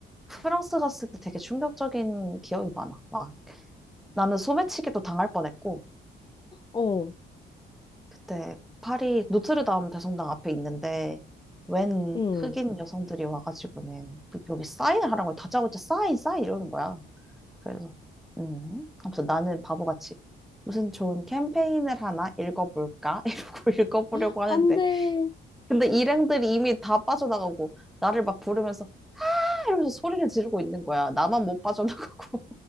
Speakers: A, in the centre; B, on the left.
A: 프랑스 갔을 때 되게 충격적인 기억이 많아. 막 나는 소매치기도 당할 뻔했고
B: 어,
A: 그때 파리 노트르담 대성당 앞에 있는데 웬
B: 응.
A: 흑인 여성들이 와가지고는 그- 여기 사인을 하라고 해요. 다짜고짜 사인 사인 이러는 거야. 그래서 음 아무튼 나는 바보같이 무슨 좋은 캠페인을 하나 읽어볼까 <laughs> 이러고 읽어보려고
B: <gasps>
A: 하는데
B: 안 돼.
A: 근데 일행들이 이미 다 빠져나가고 나를 막 부르면서 아! 이러면서 소리를 지르고 있는 거야. 나만 못 빠져나가고